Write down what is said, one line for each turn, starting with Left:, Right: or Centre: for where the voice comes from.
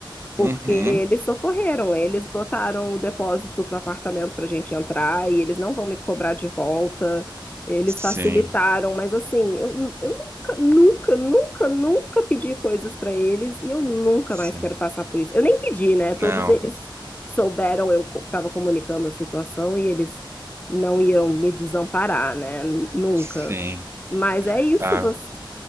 Left: porque
Right: Uhum.
Left: eles socorreram, eles botaram o depósito para apartamento para a gente entrar e eles não vão me cobrar de volta, eles
Right: Sim,
Left: facilitaram, mas assim, eu, eu nunca, nunca, nunca, nunca pedi coisas para eles e eu nunca
Right: sim.
Left: mais quero passar por isso. Eu nem pedi, né?
Right: Não,
Left: Todos eles souberam, eu estava comunicando a situação e eles não iam me desamparar, né? Nunca.
Right: sim.
Left: Mas é isso,
Right: Ah,
Left: você,